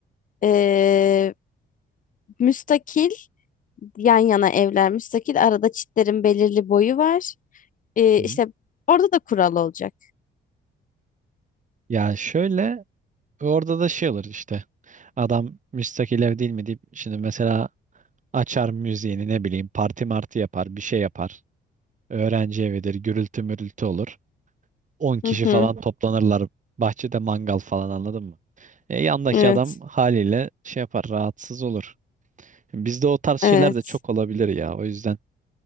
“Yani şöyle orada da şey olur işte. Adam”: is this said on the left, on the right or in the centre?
Right